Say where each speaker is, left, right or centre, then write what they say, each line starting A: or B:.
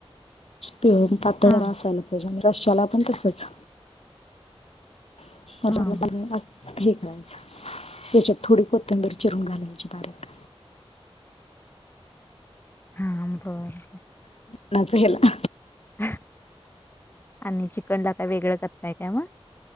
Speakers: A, on the left; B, on the left.
A: पिळून पातळ
B: हां,
A: जरा असायला पाहिजे, आणि रश्याला पण तसंच. <unintelligible> ठी
B: हां,
A: करायचं,,, त्याच्यात थोडी कोथंबीर चिरून घालायची बारीक.
B: हा बर.
A: नाच ह्याला
B: हं,, आणि चिकनला काय वेगळं करताय काय मग?